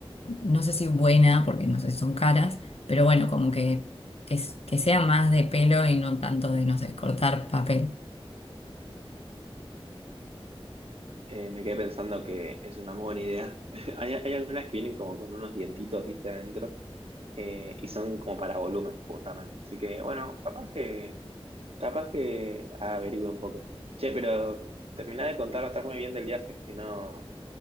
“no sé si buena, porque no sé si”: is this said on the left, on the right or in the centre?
Left